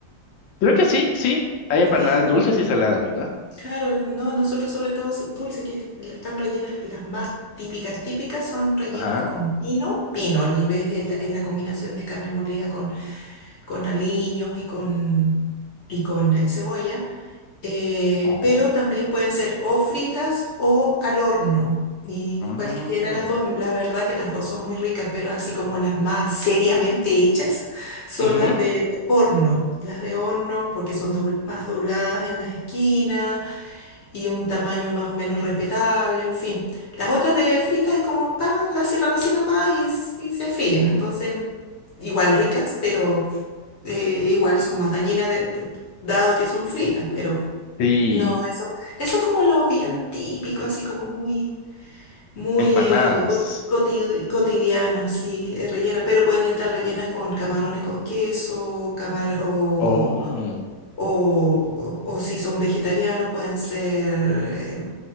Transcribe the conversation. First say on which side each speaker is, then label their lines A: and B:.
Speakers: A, on the left (about 80°); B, on the left (about 45°).
A: Creo que sí, sí. Hay
B: Sí,
A: empanadas dulces y saladas, ¿verdad?
B: claro, no, nosotros sobre todo s- dulce, que es- la- están rellenas, las más típicas, típicas son rellenas
A: Ajá.
B: con pino. Pino, el- es, el- es la combinación de carne molida con, con aliños y con, y con eh, cebolla. eh,
A: Oh.
B: pero también pueden ser o fritas o al horno. Y
A: mm,
B: cualquiera de las dos, la verdad que las dos son muy ricas, pero así como las más seriamente hechas son
A: ujú,
B: las de horno. Las de horno porque son dobl- más dobladas en las esquinas y un tamaño más o menos respetable, en fin. Las otras de fritas es como pan, las cierran así nomás y, s- y se fríen. Entonces, igual ricas, pero eh, igual son más dañinas de- de- dado que son fritas, pero...
A: Sí,
B: No, eso, eso es como lo bien típico, así como muy, muy
A: empanadas.
B: eh, co- coti- cotidiano, sí, eh, rellena, pero pueden estar rellenas con camarones con queso, camar o,
A: Oh,
B: o, o si son vegetarianos pueden ser eh,